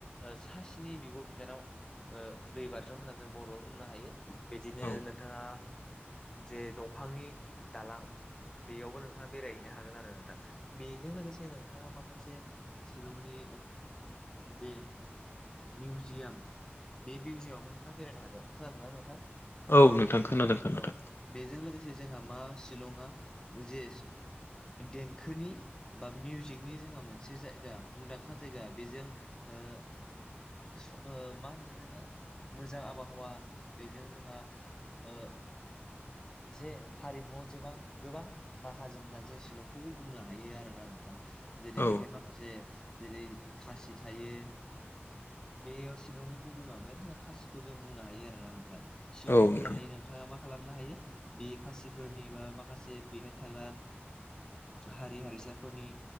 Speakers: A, on the left; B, on the left.
A: सा सनि बिब' बिनानाव दै बार्रुम होननानै जों बर'आव बुंनो हायो। बिदिनो
B: औ
A: नोंथाङा जे दंफांनि दालां बेयावबो नोंथाङा बेरायहैनो हागोन आरो नोंथां। बेजों लोगोसे नोंथाङा माखासे शिलंनि जे मिउजियाम मिउजियामावनो नोंथांआ बेरायनो हागोन। खोनादोंना नोंथां?
B: औ नोंथां खोनादों खोनादों।
A: औ बेजों लोगोसे जोंहा मा शिलंआ जे देंखोनि बा मिउजिकनि जोंहा मोनसे जायगा मुंदांखा जायगा बेजों ओ स मा होनगोन जोङो मोजां आबहावा बेजों जोंहा ओ जे हारिमुआव जोबां गोबां माहाजोन होननानै जों शिलंखौबो बुंनो हायो आरोना नोंथां जेरै
B: औ
A: बेहाय माखासे जेरै खासि थायो बेयाव शिलंनि गुबै माबायानो जोंहा खासिखौ जों बुंनो हायो आरोना नोंथां। शिलंआव
B: औ
A: फैनानै
B: नोंथां
A: नो नोंथाङा मा खालामनो हायो बे खासिफोरनि बा माखासे बेहाय थाग्रा हारि हारिसाफोरनि